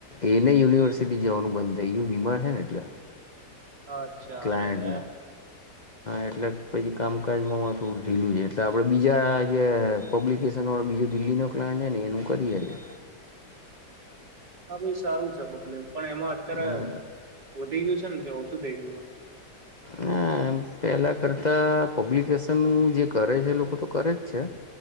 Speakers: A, on the left; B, on the right.
A: એને યુનિવર્સિટી જવાનું બંધ થય ગયું બીમાર છે ને એટલે
B: અચ્છા
A: ક્લાયન્ટને
B: અરે રે હા
A: એટલે પછી કામકાજમાંમાં થોડું ઢીલું છે એટલે આપણે બીજા જે પબ્લિકેશન વાળો બીજો દિલ્હીનો પ્લાન્ટ છે ને એનું કરીએએ
B: હા ભાઈ સારું છે બકલે પણ એમાં અત્યારે
A: હમ
B: વધી ગયું છે ને કે ઓછું થઈ ગયું હો
A: હ પેલા કરતા પબ્લિકેશન નું જે કરે છે લોકો તો કરે જ છે